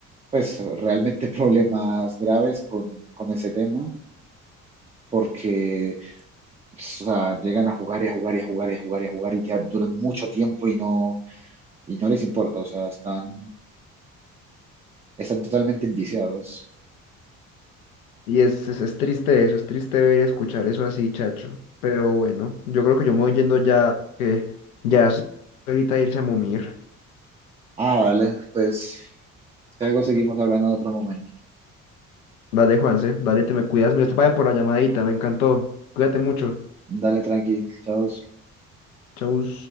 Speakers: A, on the right; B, on the left.
A: pues, realmente problemas graves con, con ese tema, porque O sea, llegan a jugar y a jugar y a jugar y a jugar y a jugar y que duran mucho tiempo y no, y no les importa, o sea, están, están totalmente enviciados.
B: Y es, es, es triste eso, es triste ver y escuchar eso así, chacho. Pero bueno, yo creo que yo me voy yendo ya, que ya es ahorita irse a momir.
A: Ah, dale, pues, si algo seguimos hablando en otro momento.
B: Dale, Juanse, dale, te me cuidas. Mira, te pague por la llamadita, me encantó. Cuídate mucho.
A: Dale, tranqui, chao.
B: Chau.